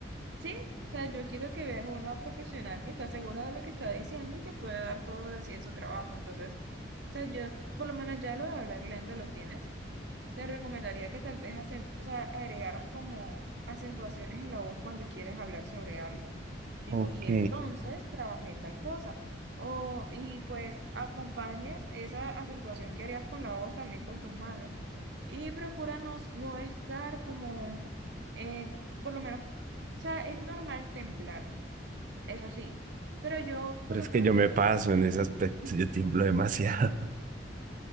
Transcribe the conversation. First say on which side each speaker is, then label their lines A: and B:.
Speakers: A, on the right; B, on the right.
A: Sí, o sea, yo quiero que vean una profesional que está segura de lo que está diciendo y que puede dar todo de sí en su trabajo. Entonces, o sea, yo por lo menos ya lo de hablar lento lo tienes. Te recomendaría que tal vez acen- o sea, agregaras como acentuaciones en la voz cuando quieres hablar sobre algo. Tipo,
B: Ok.
A: y entonces trabajé en tal cosa. O, y pues acompañes esa acentuación que harías con la voz también con tus manos. Y procura no, s- no estar como, eh, por lo menos, o sea, es normal temblar, eso sí. Pero yo,
B: Pero
A: por lo
B: es
A: menos,
B: que yo
A: yo
B: me
A: procuro.
B: paso en ese aspecto,
A: <laughs>
B: <laughs> yo tiemblo demasiado. <laughs>